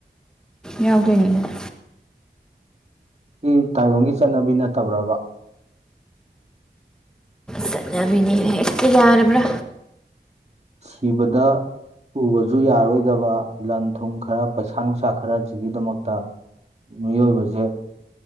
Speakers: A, in the centre; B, on the right.
A: ꯌꯥꯎꯗꯣꯏꯅꯤꯗꯅ
B: ꯁꯤ ꯇꯥꯏꯕꯪꯒꯤ ꯆꯠꯅꯕꯤ ꯅꯠꯇꯕ꯭ꯔꯕꯥ?
A: ꯆꯠꯅꯕꯤꯅꯤꯅ ꯍꯦꯛꯇ ꯌꯥꯔꯕ꯭ꯔꯥ
B: ꯊꯤꯕꯗ ꯄꯨꯕꯁꯨ ꯌꯥꯔꯣꯏꯗꯕ ꯂꯟ ꯊꯨꯝ ꯈꯔ ꯄꯩꯁꯥ ꯅꯨꯡꯁꯥ ꯈꯔꯁꯤꯒꯤꯗꯃꯛꯇ꯫ ꯃꯤꯑꯣꯏꯕꯖꯦ